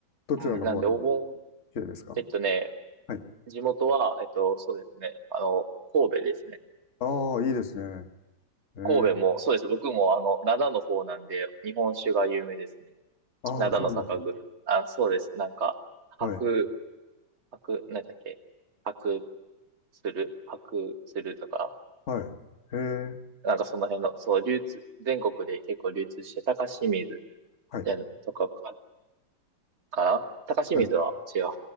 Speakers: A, on the left; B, on the right.
A: どちらの方に
B: うん、なんでお盆、
A: 綺麗ですか
B: えっとね、
A: はい。
B: 地元は、えっと、そうですね。あの、神戸ですね。
A: ああ、いいですね。えー、
B: 神戸も、そうです。僕もあの、灘の方なんで、日本酒が有名ですね。
A: ああ、
B: 灘の酒蔵。
A: そうなんですよ。
B: あ、そうです。なんか、白、
A: はい。
B: 白、なんだっけ、白鶴白鶴とか、
A: はい。へえ、
B: なんかその辺の、そう、流通、全国で結構流通して、高清水
A: はい。
B: じゃんとかか、かな高清水は違う。
A: はい。